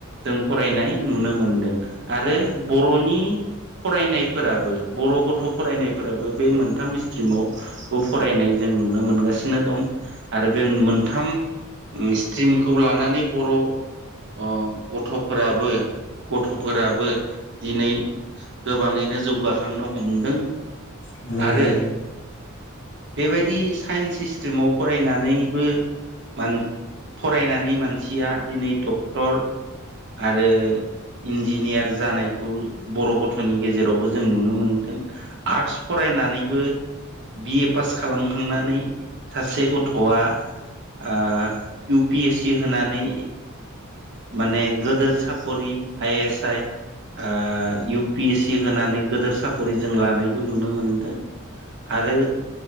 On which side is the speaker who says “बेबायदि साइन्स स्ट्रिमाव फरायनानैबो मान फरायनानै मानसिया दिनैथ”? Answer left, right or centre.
Right